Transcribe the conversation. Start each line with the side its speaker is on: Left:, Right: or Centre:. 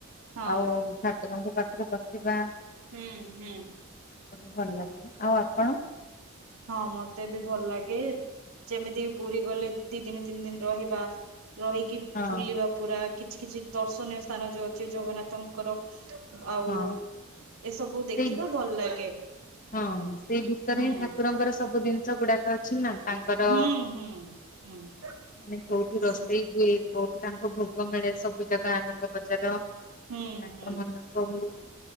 Right: ହଁ
Left: ଆଉ ଠାକୁରଙ୍କ ପାଖରେ ବସିବା
Right: ହୁଁ ହୁଁ
Left: ଭଲ ଆଉ ଆପଣ
Right: ହଁ, ମତେ ବି ଭଲ ଲାଗେ ଯେମିତିକି ପୁରୀ ଗଲେ ଦି ଦିନ ତିନି ଦିନ ରହିବା ରହିକି
Left: ହଁ
Right: ବୁଲିବା ପୁରା କିଛି କିଛି ଦର୍ଶନୀୟ ସ୍ଥାନ ଯୋଉ ଅଛି ଜଗନ୍ନାଥଙ୍କର ଆଉ
Left: ହଁ
Right: ଏସବୁ
Left: ସେଇ
Right: ଦେଖିବା ଭଲ ଲାଗେ।
Left: ହଁ, ସେଇ ଭିତରେ
Right: ହୁଁ
Left: ହିଁ ଠାକୁରଙ୍କର ସବୁ ଜିନିଷ ଗୁଡାକ ଅଛି ନା ତାଙ୍କର
Right: ହୁଁ, ହୁଁ, ହୁଁ।
Left: ମାନେ କୋଉଠି ରୋଷେଇ
Right: ସେ
Left: ହୁଏ, କୋଉଠି ତାଙ୍କ ଭୋଗ ମିଳେ ସବୁ ଜାଗା ଆନନ୍ଦ ବଜାର ନାଟ
Right: ହୁଁ ହୁଁ
Left: ମଣ୍ଡପ ହୁଏ,